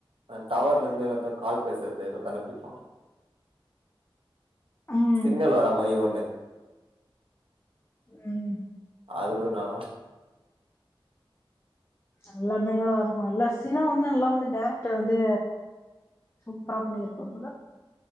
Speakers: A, on the right; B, on the left.
A: அ டவர்லந்து எல்லாத்து கால் பேசறது எதோ கண்டுபிடிப்பா
B: ம்
A: சிக்னல் வராமாரி ஒண்ணு
B: உம்
A: அது கூட நல்லா
B: நல்ல மிங்களலா இருக்குல்ல சினு வந்து நல்லா வந்து டேரக்ட்ட வந்து சூப்பரா பண்ணிருப்பாப்புள